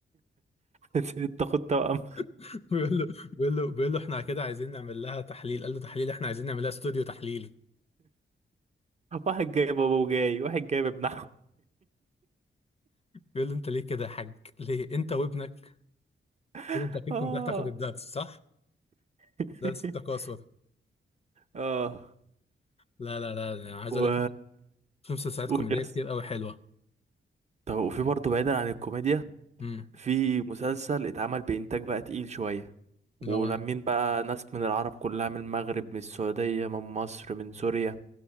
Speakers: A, on the right; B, on the left.
A: <laughs> انت خد توأم
B: <laughs> بيقول له بيقول له بيقول له احنا كده عايزين نعمل لها تحليل قال له تحليل احنا عايزين نعمل لها استوديو تحليلي
A: <laughs> واحد جايب أبو جاي واحد جايب ابن عم
B: بيقول له انت ليه كده يا حاج ليه انت وابنك بيقول
A: <laughs>
B: له انت اكيد
A: اه
B: كنت رايح تاخد الدرس صح
A: <laughs>
B: درس التكاثر
A: اه
B: لا لا لا انا عايز
A: و
B: اقول لك في مسلسلات
A: قول
B: كوميديه
A: يس
B: كتير قوي حلوه
A: طب وفي برضه بعيدا عن الكوميديا
B: امم
A: في مسلسل اتعمل بإنتاج بقى تقيل شوية ولمين
B: اللي هو
A: بقى ناس من العرب كلها من المغرب من السعودية من مصر من سوريا